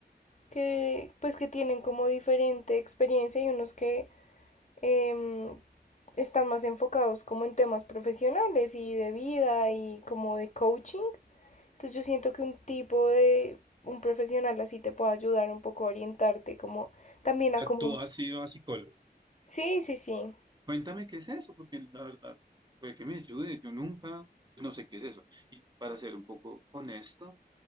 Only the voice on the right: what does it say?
sea,
tú has ido a psicólogo.
Cuéntame qué es eso, porque la verdad, puede que me ayude. Yo nunca, no sé qué es eso. Y para ser un poco honesto,